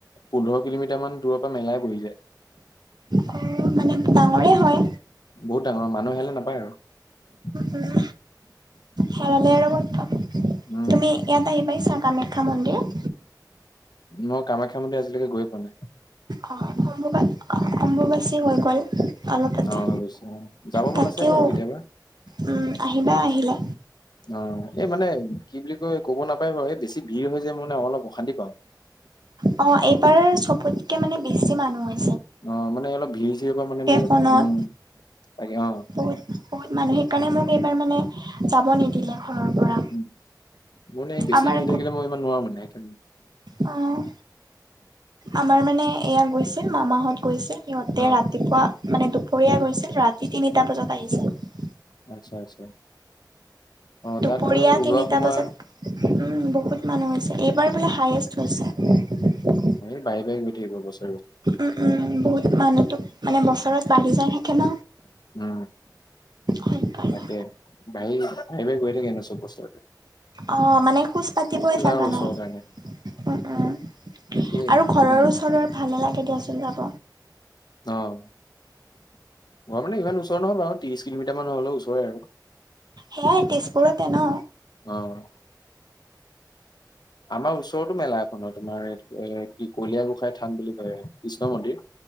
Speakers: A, on the left; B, on the right.
A: পোন্ধৰ কিলোমিটাৰ মান দূৰ পা মেলাই বহি যায়।
B: অ মানে ডাঙৰে হয়
A: বহুত ডাঙৰ মানুহ হেৰালে নাপায় আৰু
B: উম, হেৰালে আৰু।
A: উম
B: তুমি ইয়াত আহি পাইছা কামাখ্যা মন্দিৰ?
A: মই কামাখ্যা মন্দিৰ আজিলৈকে গৈয়ে পোৱা নাই।
B: অ অম্বুবা অ- অম্বুবাচী হৈ গ'ল। অলপতে
A: অ', <unintelligible> যাব
B: তাতেও
A: মন আছে বাৰু, কেতিয়াবা।
B: উম, আহিবা আহিলে।
A: অ এই মানে, কি বুলি কয় ক'ব নাপাই বাৰু এই বেছি ভিৰ হৈ যে মানে অলপ অশান্তি পাওঁ।
B: অ এইবাৰ চবতকে মানে বেছি মানুহ হয়।
A: অ', মানে অলপ ভিৰ চিৰ পৰা মানে মোৰ
B: ফোনত
A: অলপ উম তাকে অ
B: বহুত বহুত মানুহ সেইকাৰণে মোক এইবাৰ মানে যাব নিদিলে। ঘৰৰ পৰা
A: উ, <unintelligible> নে বেছি
B: আমাৰ
A: ভিৰ থাকিলে মই ইমান নোৱাৰোঁ মানে সেইকাৰণে
B: অ', আমাৰ মানে এয়া গৈছিল মামাহঁত গৈছিল। সিহঁতে
A: অ',
B: ৰাতিপুৱা মানে দুপৰীয়া গৈছিল ৰাতি তিনিটা বজাত আহিছিল।
A: আচ্ছা আচ্ছা। অ',
B: দুপৰীয়া
A: তাত আৰু ওলোৱা
B: তিনিটা
A: সোমোৱা
B: বজাত উম, বহুত মানুহ হৈছে। এইবাৰ বোলে হায়েষ্ট হৈছে।
A: বাহি বাহি গৈ থাকিব বস
B: উম, উম বহুত মানুহ তোক মানে বছৰত বাঢ়ি যায় থাকে ন।
A: উম,
B: সেইকাৰণে
A: তাকে বাঢ়ি- বাঢ়ি বাঢ়ি গৈ থাকে ন চব বস্তু।
B: অ', মানে খোজ পাতিবই জাগা
A: আৰু ওচৰৰ
B: নাই
A: কাৰণে।
B: উম, উম।
A: একেই
B: আৰু
A: বহুত
B: ঘৰৰ
A: মানে
B: ওচৰৰ ভাল নালাগে দিয়াচোন যাব।
A: অ'। ঘৰ মানে ইমান ওচৰ নহয় বাৰু ত্ৰিশ কিলোমিটাৰ মান হলেওঁ ওচৰে আৰু।
B: সেয়াই তেজপুৰতে ন।
A: অ'। আমাৰ ওচৰতো মেলা এখন হয় তোমাৰ এই এ' কি কলিয়া গোসাঁই থান বুলি কয়। কৃষ্ণঁ মন্দিৰ